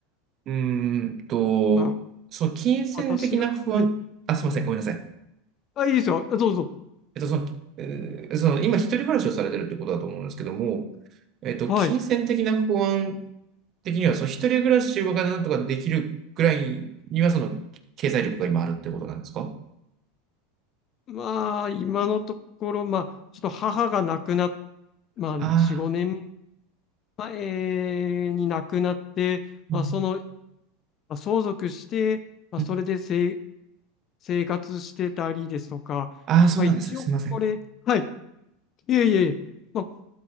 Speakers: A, on the right; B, on the left.
A: うーんと、
B: まあ、
A: その金銭的な不安、
B: 私が、はい。
A: あ、すみません。ごめんなさい。
B: あ、いいですよ。どうぞ。
A: えっと、その、えーその今、一人暮らしをされてるってことだと思うんですけども、えっと、
B: はい。
A: 金銭的な不安的には、その一人暮らしがなんとかできるくらいには、その経済力が今あるってことなんですか
B: まあ、今のところ、まあ、ちょっと母が亡くなっ、まあ、
A: ああ、
B: 4、5年前に亡くなって、まあ、
A: うん、
B: その、まあ、相続して、まあ、
A: うん
B: それでせい生活してたりですとか、
A: ああ、そうなんですね。
B: まあ、一応これ、
A: すいません。
B: はい。いえいえいえ、まあ、